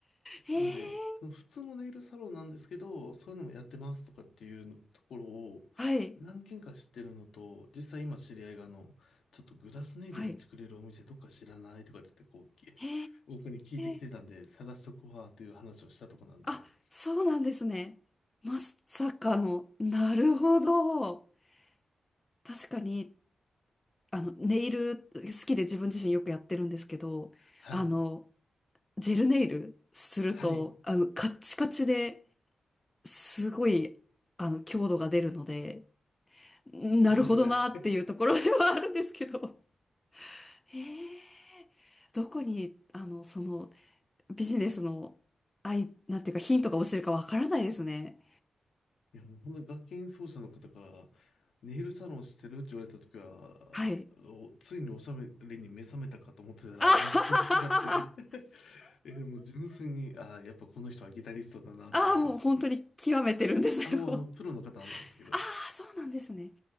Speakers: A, on the left; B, on the left.
A: へえ。
B: なんで、その普通のネイルサロンなんですけど、そういうのもやってますとかっていうところを何軒か知ってるのと、
A: はい。
B: 実際今知り合いがあの、ちょっとグラスネイルやってくれるお店どっか知らないとかって言って、
A: はい。
B: こう、き
A: へ
B: <laughs> 僕に聞いてきてたんで、
A: え。
B: 探しとこうわという話をしたとこなんで、
A: あ、そうなんですね。まさかの、なるほど。確かに、あの、ネイル好きで自分自身よくやってるんですけど、
B: はい。
A: あの、ジェルネイルすると、
B: はい。
A: あの、カッチカチですごい、あの、強度が出るので、なるほどなっていうところではあるんですけど。
B: ですよね、あれ
A: へえ、どこに、あの、その、ビジネスの、あいなんていうかヒントが落ちてるかわからないですね。
B: いや、もう本当に楽器演奏者の方から、ネイルサロンしてるって言われたときは、
A: はい。
B: おついにお収めに目覚めたかと思ってたら、
A: あはははは
B: 全然違って <laughs> え、もう純粋に、ああ、やっぱこの人はギタリストだなと思ったんですけど。
A: ああ、もう本当に極めてるんですよ。
B: あ、もうあの、プロの方なんですけど。
A: <laughs> ああ、そうなんですね。